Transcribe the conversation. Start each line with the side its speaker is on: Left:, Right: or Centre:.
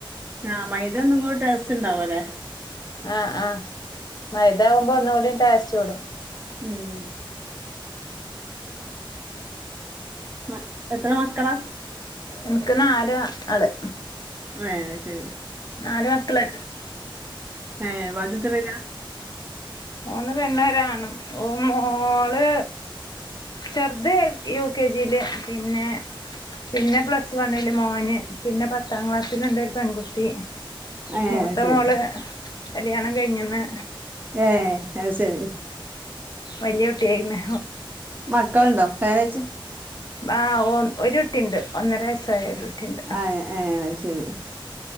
Right: ആ മൈദ ഒന്നുങ്ങൂടെ ടെസ്റ്റ് ണ്ടാവലെ?
Left: ആഹ് ആ മൈദാവുമ്പോ ഒന്നൂടി ടേസ്റ്റ് കൂടും.
Right: ഉം മ എത്ര മക്കളാ?
Left: ഇൻക്ക് നാല് ആള്
Right: എഹ് ശെരി.
Left: നാല് മക്കള്
Right: ഹേ വലുത് ത്രേല്ലാ?
Left: മൂന്ന് പെണ്ണ് ഒരാണും മോള് ചെറുത് യു കെ ജിയില് പിന്നെ പിന്നെ പ്ലസ് വൺല് മോന് പിന്നെ പത്താം ക്ലാസ്സലുണ്ട് ഒരു പെൺകുട്ടി.
Right: ഏ
Left: മൂത്ത
Right: ശരി
Left: മോള് കല്യാണം കഴിഞ്ഞ്ന്ന്.
Right: ഏ അത്ശരി.
Left: വലിയ കുട്ടിയായിന്
Right: മക്കളുണ്ടോ കല്യാണം കഴിച്ച്
Left: ആ ഓ ഒരുട്ടിണ്ട് ഒന്നര വയസായ ഒരു കുട്ടിയുണ്ട്
Right: ആ എ അശരി